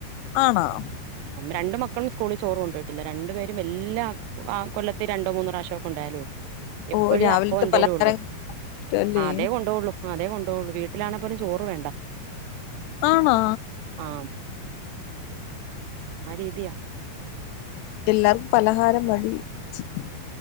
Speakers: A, on the left; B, on the right.
A: ആണോ
B: രണ്ടു മക്കളും സ്കൂളിൽ ചോറ് കൊണ്ടയ്ട്ട്ല്ല രണ്ട് പേരും എല്ലാ ആ കൊല്ലത്തി രണ്ടോ മൂന്നോ പ്രാവശ്യേ കൊണ്ടോവെലുള്ളു എപ്പഴും
A: ഓ രാവിലത്തെ
B: അപ്പ എന്തേലും
A: പലഹാരം
B: ഉള്ളു
A: ഇഷ്ടല്ലേ
B: അതേ കൊണ്ടോള്ളു അതേ കൊണ്ട വീട്ടിലാണ് ന് <unintelligible> ചോറ് വേണ്ട
A: ആണോ
B: ആഹ് ആ രീതിയ
A: എല്ലാർ പലഹാരം മതി ചിക്